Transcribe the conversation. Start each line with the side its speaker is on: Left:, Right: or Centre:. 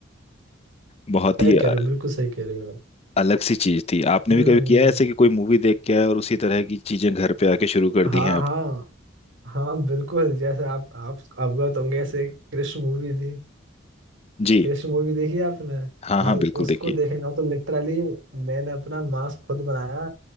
Left: बहुत
Right: सही
Left: ही
Right: कह
Left: अ-
Right: रहे हो बिल्कुल सही कह रहे हो आप।
Left: अलग सी चीज थी आपने
Right: हम्म
Left: भी कभी किया है ऐसे कि कोई मूवी देख के आए और उसी तरह की चीजें घर पे आके शुरू कर
Right: हाँ
Left: दी हैं आप
Right: हाँ हाँ बिल्कुल जैसे आप आप अवगत होंगे ऐसे एक कृष्ण मूवी थी
Left: जी
Right: कृष मूवी देखी है आपने
Left: हाँ
Right: भाई
Left: हाँ बिल्कुल
Right: उसको
Left: देखिए
Right: देखना तो लिटरली मैंने अपना मास्क खुद बनाया